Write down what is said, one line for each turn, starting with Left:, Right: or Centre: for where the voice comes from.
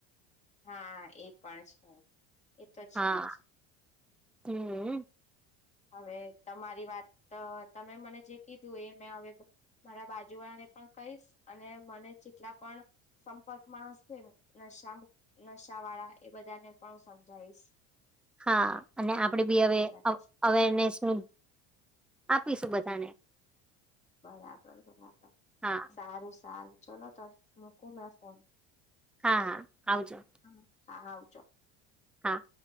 Left: હા, એ પણ છે. એ તો છેજ.
Centre: હા હમ
Left: હવે તમારી વાત તમે મને જે કીધું એ મેં હવે મારા બાજુ વાળાને પણ કહીશ. અને મને જેટલા પણ સંપર્કમાં હશે ને ન શા નશા વાળા એ બધાને પણ હું સમજાઈશ.
Centre: હા, અને આપડી બી હવે
Left: રાખીશ
Centre: અવેરનેસ નું આપીશું બધાને.
Left: બરાબર, બરાબર
Centre: હા
Left: સારું, સારું ચલો તો મુકુ મે ફોન.
Centre: હા, હા આવજો!
Left: હા હા, આવજો!
Centre: હા.